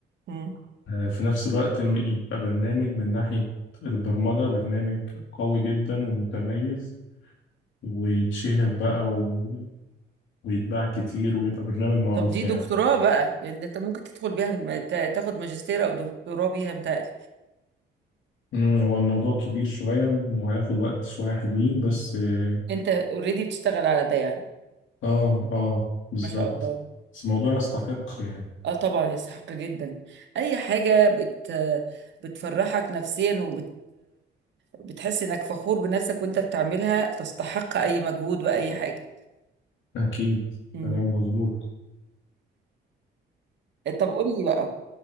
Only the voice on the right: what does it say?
مم.
طب دي
دكتوراه بقى يعني انت ممكن تدخل بيها الم- تا- تاخد ماجستير او دكتوراه بيها متهيألي
انت اوريدي بتشتغل على ده يعني
ما شاء الله
اه طبعا يستحق جدا اي حاجه بت بتفرحك نفسيا وبت بتحس انك فخور بنفسك وانت بتعملها تستحق اي مجهود واي حاجه
مم.
طب قول لي بقى